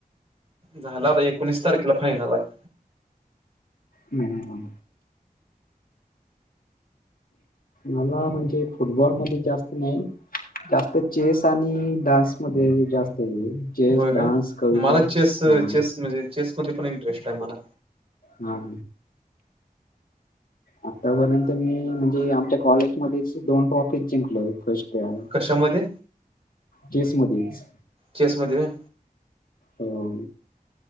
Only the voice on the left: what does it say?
हं हं हं. मला म्हणजे फुटबॉल मध्ये जास्त नाही जास्त चेस आणि डान्स मध्ये जास्त हे आहे. चेस
डान्स कविता
हा
हा हा. आतापर्यंत मी म्हणजे आमच्या कॉलेजमध्ये दोन ट्रॉफी जिंकलोय फर्स्ट त्या
केस मध्येच.
हो.